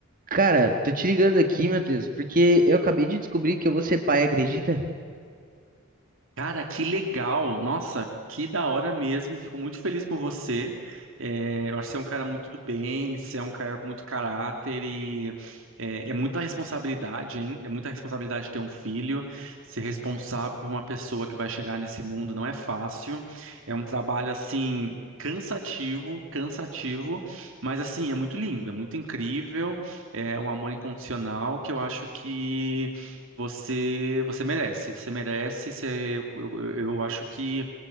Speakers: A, on the right; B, on the right.
A: Cara, tô te ligando aqui, Matheus, porque eu acabei de descobrir que eu vou ser pai, acredita?
B: Cara, que legal! Nossa, que da hora mesmo. Fico muito feliz por você. É, eu acho que você é um cara muito do bem, você é um cara com muito caráter e é, é muita responsabilidade, hein? É muita responsabilidade ter um filho, ser responsável por uma pessoa que vai chegar nesse mundo não é fácil. É um trabalho assim. Cansativo, cansativo, mas assim, é muito lindo, é muito incrível, é um amor incondicional que eu acho que você, você merece, você merece. Você, eu, eu, eu acho que, eu